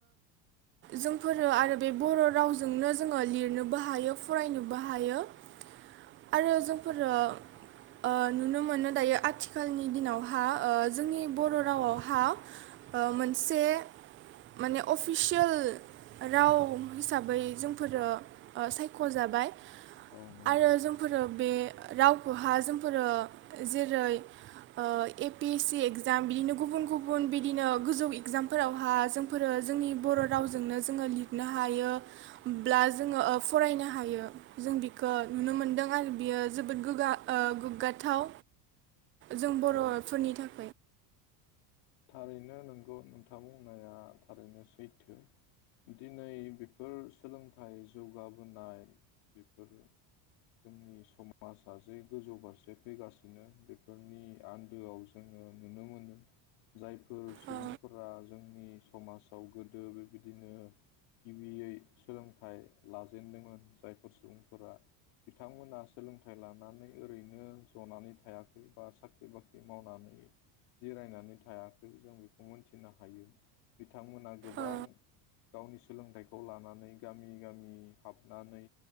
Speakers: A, on the right (about 25°); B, on the left (about 70°).
A: जोंफोरो आरो बे बर' रावजोंनो जोङो लिरनोबो हायो फरायनोबो हायो। आरो जोंफोरो ओ नुनो मोनो दायो आथिखालनि दिनावहा ओ जोंनि बर' रावावहा ओ मोनसे माने अफिसियेल राव हिसाबै जोंफोरो सायख'जाबाय।
B: औ नंगौ
A: आरो जोंफोरो बे रावखौहा जोंफोरो जेरै ओ‌ A P S C exam बिदिनो गुबुन गुबुन बिदिनो गोजौ एगजामफोरावहा जोंफोरो जोंनि बर' रावजोंनो जोङो लिरनो हायोब्ला जोङो फरायनो हायो जों ओ नुनो मोनदों आरो बियो जोबोद गोगा ओ‌ गोग्गाथाव। जों बर'फोरनि
B: औ
A: थाखाय
B: थारैनो नोंगौ नोंथां बुंनाया थारैनो सैथो दिनै बेफोर थारैनो नोंगौ नोंथां बुंनाया थारैनो सैथो दिनै बेफोर सोलोंथाइ जौगाबोनाय बेफोर जोंनि समाजा जे गोजौ फारसे फैगासिनो बेफोरनि आन्दोआव जोङो नुनो मोनो जाय फोर सुबुंफोरा
A: ओ
B: जोंनि समाजाव गोदो बेबायदिनो गिबियै सोलोंथाइ लाजेनदोंमोन जायफोर सुबुंफोरा बिथांमोना सोलोंथाइ लानानै ओरैनो ज'नानै थायाखै बा साख्रि बाख्रि मावनानै जिरायनानै था थायाखै जों बेखौ मोनथिनो हायो बिथांमोना गोबां
A: ओ
B: गावनि सोलोंथाइखौ लानानै गामि गामि हाबनानै